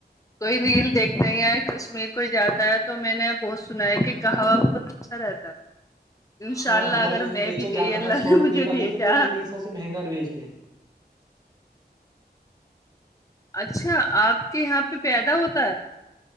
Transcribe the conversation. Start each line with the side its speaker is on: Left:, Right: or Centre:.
Left: کوئی ریل دیکھتے ہیں کشمیر کوئی جاتا ہے تو میں نے بہت سنا ہے کہ کہاو اچھا رہتا ہے انشاء
Right: ہاں
Left: اللہ
Right: ہمارے
Left: اگر
Right: یہاں
Left: میں
Right: بیچا
Left: بھی گئی
Right: جاتا
Left: اللہ
Right: ہے سو
Left: نے
Right: روپے
Left: مجھے
Right: کا
Left: بھیجا
Right: لیکن وہ میرے حساب سے مہنگا بیچتے ہیں
Left: اچھا آپ کے یہاں پہ پیدا ہوتا ہے